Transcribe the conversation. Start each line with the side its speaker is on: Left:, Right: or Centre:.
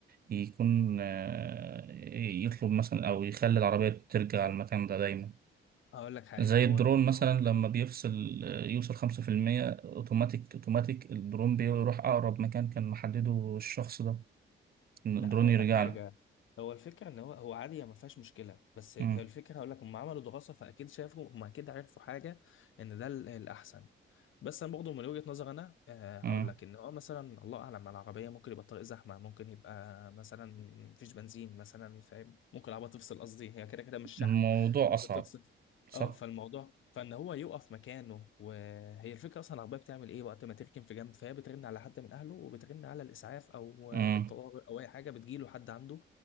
Right: يكون آه، يطلب مثلا أو يخلي العربية ترجع المكان ده دايما
Left: هقول لك حاجة
Right: زي الدرون
Left: هو الموضوع
Right: مثلا لما بيفصل آه، يوصل خمسة في المية أوتوماتيك أوتوماتيك الدرون بيروح أقرب مكان كان محدده الشخص ده إن
Left: لا
Right: بروني
Left: هقول
Right: رجع
Left: لك حاجه
Right: له
Left: هو الفكره ان هو هو عادي ما فيهاش مشكله بس هي
Right: مم.
Left: الفكره هقول لك هم عملوا دراسه فاكيد شافوا هم اكيد عرفوا حاجه ان ده ال- الاحسن بس انا برضه من وجهه نظر انا آه، هقول
Right: مم.
Left: لك ان هو مثلا الله اعلم على العربيه ممكن يبقى الطريق زحمه ممكن يبقى مثلا مفيش بنزين مثلا فاهم ممكن العربيه تفصل قصدي هي كده كده مش شحن
Right: الموضوع
Left: ممكن
Right: أصعب
Left: تفصل
Right: صح؟
Left: اه فالموضوع فان هو يقف مكانه وهي الفكره اصلا العربيه بتعمل ايه وقت ما تركن في جنب فهي بترن على حد من اهله وبترن على الاسعاف او
Right: مم.
Left: الطوارئ او اي حاجه بتجيله حد عنده